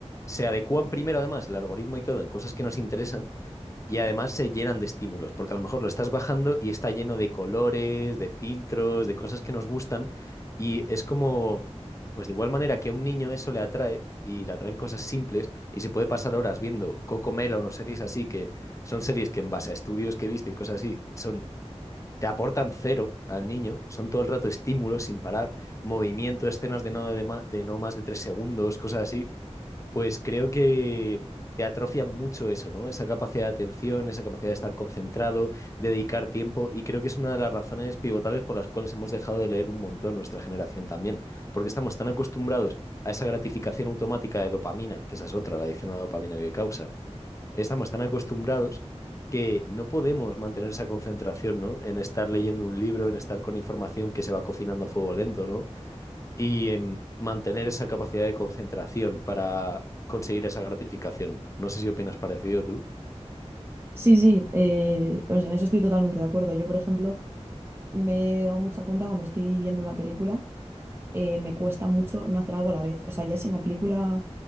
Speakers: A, on the left; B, on the right.
A: se adecúan primero además el algoritmo y todo en cosas que nos interesan y además se llenan de estímulos, porque a lo mejor lo estás bajando y está lleno de colores, de filtros, de cosas que nos gustan. Y es como, pues de igual manera que a un niño eso le atrae y le atraen cosas simples y se puede pasar horas viendo Coco Melon o series así, que son series que en base a estudios que he visto y cosas así, son, te aportan cero al niño, son todo el rato estímulos sin parar, movimiento, escenas de no, de ma- de no más de tres segundos, cosas así pues creo que te atrofia mucho eso, ¿no? Esa capacidad de atención, esa capacidad de estar concentrado, dedicar tiempo, y creo que es una de las razones pivotales por las cuales hemos dejado de leer un montón nuestra generación también, porque estamos tan acostumbrados a esa gratificación automática de dopamina, que esa es otra, la adicción a la dopamina que causa, estamos tan acostumbrados que no podemos mantener esa concentración, ¿no? En estar leyendo un libro, en estar con información que se va cocinando a fuego lento, ¿no? y em, mantener esa capacidad de concentración para conseguir esa gratificación. No sé si opinas parecido tú.
B: Sí, sí, eh, o sea, en eso estoy totalmente de acuerdo. Yo, por ejemplo, me he dado mucha cuenta cuando estoy viendo una película eh, me cuesta mucho no hacer algo a la vez. O sea, ya si en la película